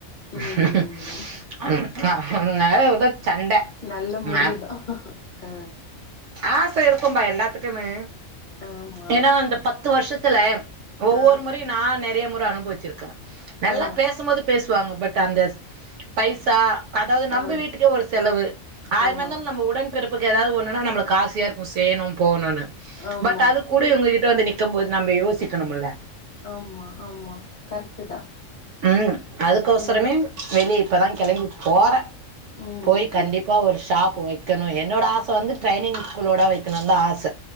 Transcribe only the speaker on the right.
<unintelligible>
ண்ட
மேப்
ஆச இருக்கும்பா எல்லாத்துக்குமே
ஏன்னா அந்த பத்து வருஷத்துல ஒவ்வொரு
முறையு நா நெறைய முற அனுபவிச்சிருக்க நல்லா
பேசபோது பேசுவாங்க பட் அந்த பைசா அதாவது நம்ப
வீட்டுக்கே ஒரு செலவு ஆய்ரமே
இருந்தாலு நம்ம உடன்பிறப் புக்கு எதாவது ஒண்ணுனா நம்பளுக்கு ஆசியா இருக்கு செய்யணு போணுனு
பட் அது கூட இவுங்ககிட் ட்ட வந்து நிக்க போது நம்ம யோசிக்கணும்ல
உம் அதுக்கொசரமே
வெளிய இப்பதா கெளம்பி ‍போற
போய் கண்டிப்பா
ஒரு ஷாப் வைக்கணு என்னோட ஆச வந்து ட்ரைனிங் ஸ்கூலோட வைக்கணுந்தா ஆச